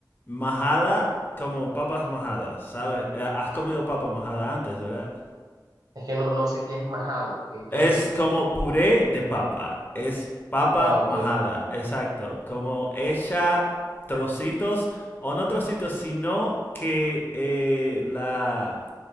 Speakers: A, on the left; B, on the right.
A: majada como papas majadas, ¿sabes? Eh, Has comido papa majada antes, ¿verdad?
B: Es que no, no sé qué es majado. ¿Qué, qué
A: Es
B: es eso?
A: como puré de papa, es papa
B: Ah, ok.
A: majada, exacto, como hecha trocitos, o no trocitos, sino que eh, la,